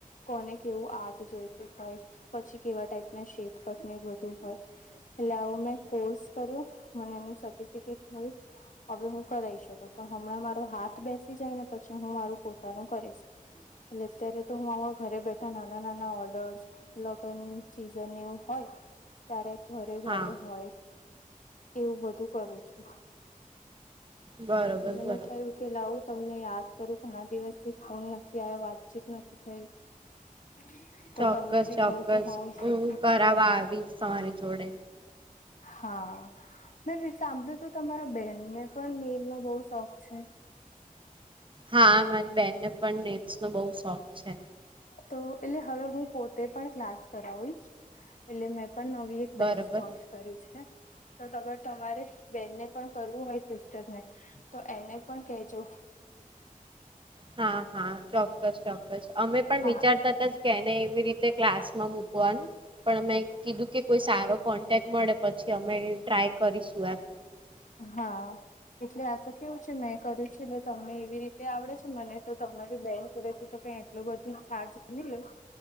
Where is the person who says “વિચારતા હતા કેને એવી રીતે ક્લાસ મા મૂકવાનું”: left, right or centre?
Right